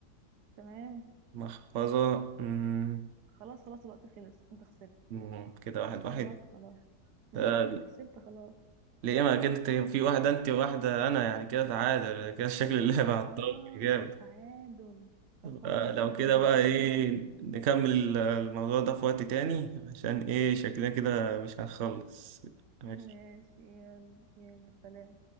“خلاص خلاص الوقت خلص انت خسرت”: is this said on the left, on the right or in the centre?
Right